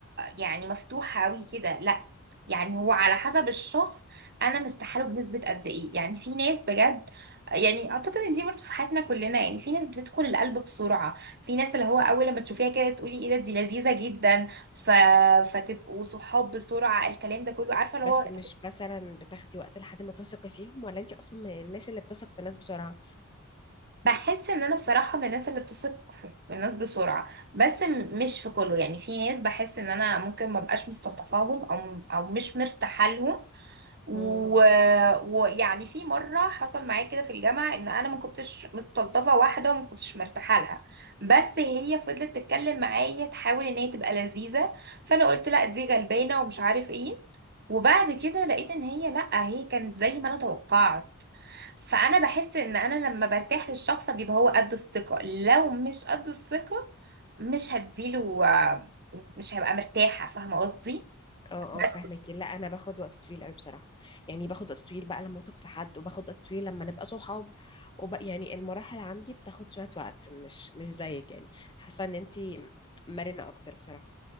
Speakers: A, on the right (about 50°); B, on the left (about 20°).
A: يعني مفتوحة قوي كده لا يعني هو على حسب الشخص انا مرتاحه له بنسبة قد ايه يعني في ناس بجد يعني اعتقد ان دي برضه في حياتنا كلنا يعني في ناس بتدخل القلب بسرعة في ناس اللي هو اول لما تشوفيها كده تقولي ايه ده دي لذيذة جدا ف... فتبقوا صحاب بسرعة الكلام ده كله عارفة اللي
B: بس
A: هو
B: مش مثلا بتاخدي وقت لحد ما تثقي فيهم ولا انت اصلا من الناس اللي بتثق في الناس بسرعه
A: بحس ان انا بصراحة من الناس اللي بتثق في الناس بسرعة بس م- مش في كله يعني في ناس بحس ان انا ممكن ما بقاش مستلطفاهم او او مش مرتاحة لهم و-
B: مم.
A: ويعني في مرة حصل معايا كده في الجامعة ان انا ما كنتش مستلطفة واحدة وما كنتش مرتاحة لها بس هي فضلت تتكلم معايا تحاول ان هي تبقى لذيذة فانا قلت لا دي غلبانة ومش عارف ايه وبعد كده لقيت ان هي لا هي كانت زي ما انا توقعت فانا بحس ان انا لما برتاح للشخص بيبقى هو قد الثقة لو مش قد الثقة مش هديله آه، مش هبقى مرتاحة فاهمة قصدي
B: اه
A: بس
B: اه فاهمك لا انا باخد وقت طويل قوي بصراحه يعني باخد وقت طويل بقى لما اثق في حد وباخد وقت طويل لما نبقى صحاب وبقى يعني المراحل عندي بتاخد شويه وقت مش مش زيك يعني حاسه ان انت مرنه اكتر بصراحه